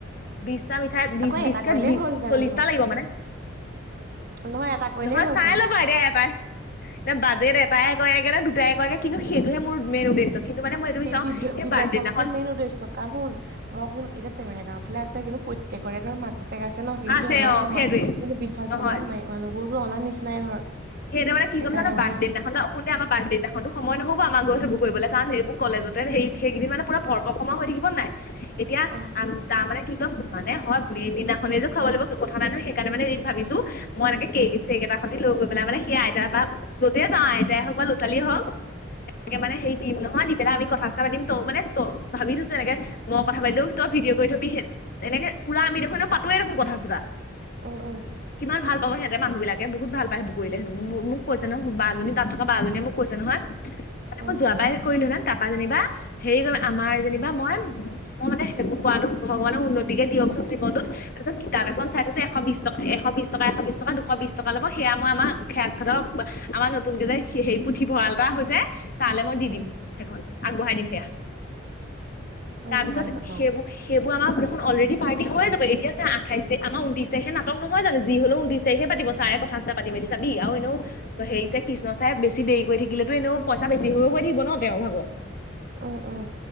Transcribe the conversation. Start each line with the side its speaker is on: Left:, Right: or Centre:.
Left: বিশটা মিঠাই বিশ
Right: আকৌ এটা
Left: বিস্কেট
Right: কৰিলেই
Left: বি
Right: হ'লহেতেন
Left: চল্লিশটা
Right: দেখোন
Left: লাগিব মানে
Right: নহয় এটা কৰিলেই
Left: নহয়
Right: হ'লহেতেন
Left: চাই
Right: দেখোন।
Left: ল'বা এতিয়া এবাৰ নে বাজেট এটাই কৰেয় নগে নে দুটাই কয়গে কিন্তু সেইটোহে মোৰ মেইন উদ্দেশ্য কিন্তু মানে মই এইটো বিচাৰো
Right: বিধ
Left: সেই
Right: বিধ্য
Left: বাৰ্থডে
Right: সমন
Left: দিনাখন
Right: মেন ৰৰেছ চ কাগন মইন এতিয়া টেঙাগাও ফালে আছে কিন্তু প্ৰত্যেকৰে ধৰ মাক বেকাইছে ন সিহঁতি
Left: আছে
Right: অনাত
Left: অ
Right: নহয়
Left: সেইটোৱে
Right: কিন্তু বৃদ্ধাশ্ৰমত
Left: নহয়
Right: ম মানুহবোৰ ত অনা নিচিনাই ধৰ
Left: সেইটো মানে
Right: সেইকাৰণে
Left: কমান বাৰ্থদে
Right: মানে
Left: দিনাখন ন আ বাৰ্থডনাখনতো খাব নহ আম লৰা ছোৱালী বোৰে কৰিবলে কাৰণ সেইবোৰ কলেজতে সেই সেইকিনি মানে পুৰা ভৰপ সময় হৈ থাকিব নাই এতিয়াম
Right: অ
Left: তাৰ মানে কি ক'ম মানে হয় মেইন দিনানে যে খুৱাব লাগিব কথা নাই নহ সেইকাৰোনে এদিন ভাবিছো মই এনেকে কে চেক এটাতে লৈ গৈ বলে মানে সেই আইতাৰ বা য'তে যাওঁ আইতাই হওক বা ল'ৰা ছালীয়ে হওক তেনেকে
Right: অ
Left: মানে সেই তিন নহয় তেনে আমি কথা চথা পাতিম ত মানে ত ভাবি থৈছো এনেকে মই কথা পাতিলেও তই ভিডিঅ কৰি থবি এনেকে পুৰা আমি দেখোন ই পাতোৱে দেখোন কথা চথা
Right: উম উম
Left: কিমান ভাল পাব সিহঁতে মানুহ বিলাকে বহুত ভাল পায় সেইবোৰ কৰিলে হেনো মো মোক কৈছে নহয় কোনোবা বা এজনী তাত থকা বা এজনীয়ে মোক কৈছে নহয় মানে
Right: উম
Left: মই যোৱাবাৰ কৰিলো না তাৰপা যেনিবা হেৰি কৰিব আমাৰ যেনিবা মই উ মে সেইবোৰ কোৱাতো ভগৱানে উন্নতি কে দিয়কচোন জীৱনত তাৰপিছত কিতাপ এখন চাই থৈছোঁ এশ বিশ টকা এশ বিশ টকা এশ বিশ টকা দুশ বিশ টকা ল'ব সেয়া মই আমাৰ <unintelligible> খাতৰ আমাৰ নতুনকে এটা সে সেই পুথিভঁৰাল এটা হৈছে তালে মই দি
Right: উম
Left: দিম সেইখন আগবঢ়াই দিম সেয়া
Right: উম
Left: তাৰপিছত
Right: ভাল কথা
Left: সেইবোৰ সেইবোৰ আমাক দেখোন অলৰেডি পাৰ্টি হৈ যাব এতিয়া আঠাই তাৰখ আমাৰ উনত্ৰিশ তাৰিখে নাটক নহয় জানো যি হলেও উনত্ৰিশ তাৰিখে পাতিব চাৰে কথা চথা পাতি মেলি চাবি আৰু এনেও হেৰি চাই কৃষ্ণ চাই বেছি দেৰি কৰি থাকিলেতো এনেও পইচা বেছি হৈ গৈ থাকিব ন তেওঁৰ ভাগৰ
Right: উম উম